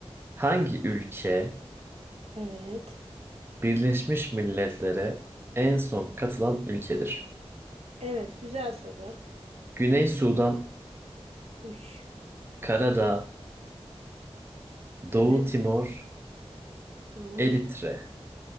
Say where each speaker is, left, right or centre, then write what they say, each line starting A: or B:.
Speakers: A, on the right; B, on the right.
A: Hangi ülke
B: Evet.
A: Birleşmiş Milletler'e en son katılan ülkedir.
B: Evet, güzel soru.
A: Güney Sudan,
B: Uş.
A: Karadağ, Doğu
B: Evet.
A: Timor,
B: Oğlum
A: Eritre.
B: bu ne? lan?